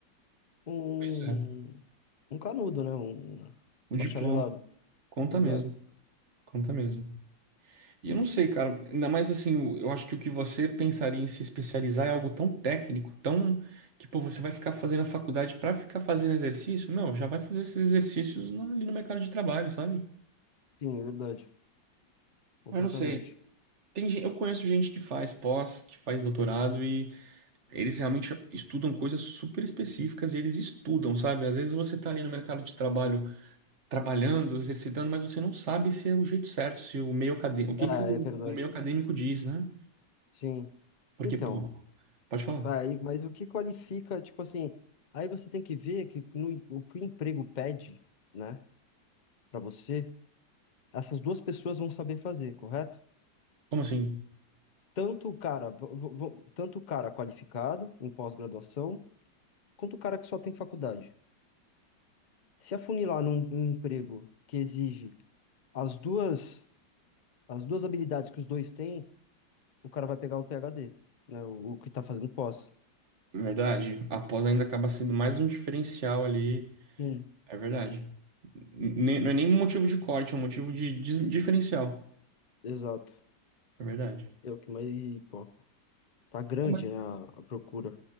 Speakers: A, on the left; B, on the right.
A: Um,
B: pois é,
A: um canudo, né? Um
B: um
A: um
B: diploma.
A: bacharelado.
B: Conta
A: Exato.
B: mesmo, conta mesmo. E eu não sei, cara, ainda mais assim, o- eu acho que o que você pensaria em se especializar é algo tão técnico, tão que, pô, você vai ficar fazendo a faculdade pra ficar fazendo exercício? Meu, já vai fazer esses exercícios na- ali no mercado de trabalho, sabe?
A: Sim, é verdade. Completamente.
B: Mas não sei. Tem, gen- eu conheço gente que faz pós, que faz doutorado e eles realmente estudam coisas super específicas e eles estudam, sabe? Às vezes você tá ali no mercado de trabalho trabalhando, exercitando, mas você não sabe se é o jeito certo, se o meio acadêmico, o que
A: Ah,
B: que o,
A: é verdade.
B: o meio acadêmico diz, né?
A: Sim.
B: Porque,
A: Então,
B: pô, pode falar.
A: aí, mas o que qualifica, tipo assim, aí você tem que ver que no- o que o emprego pede, né, Pra você, essas duas pessoas vão saber fazer, correto?
B: Como assim?
A: Tanto o cara, v- v- v- tanto o cara qualificado em pós-graduação, quanto o cara que só tem faculdade. Se afunilar num, num emprego que exige as duas As duas habilidades que os dois têm, o cara vai pegar o PhD, né? O, o que tá fazendo pós.
B: Verdade. A pós ainda acaba sendo mais um diferencial ali.
A: Sim,
B: É verdade. Nem- não é nem um motivo de corte, é um motivo de dis- diferencial.
A: exato.
B: É verdade.
A: É o que mais, pô, tá grande,
B: É, Mas,
A: né, a, a procura